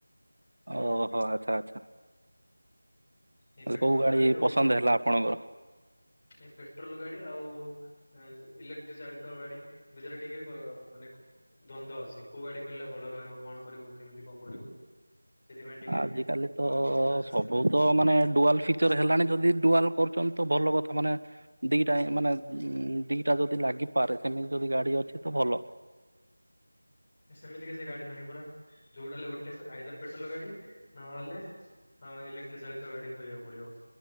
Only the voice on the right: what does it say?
ଓହୋ ଆଚ୍ଛା ଆଚ୍ଛା।
ଯୋଉ ଗାଡି
ପସନ୍ଦ ହେଲା ଆପଣଙ୍କର।
ଆଜ କାଲି ତ
ସବୁ ତ ମାନେ ଡୁଆଲ ଫିକ ଫିଚର୍ ହେଲାଣି ଯଦି ଡୁଆଲ କରୁଛନ୍ତି ତ ଭଲ କଥା ମାନେ ଦିଟା ମାନେ ଦିଟା ଯଦି ଲାଗିପାରେ ସେମିତି ଯଦି ଗାଡି ଅଛି ତ ଭଲ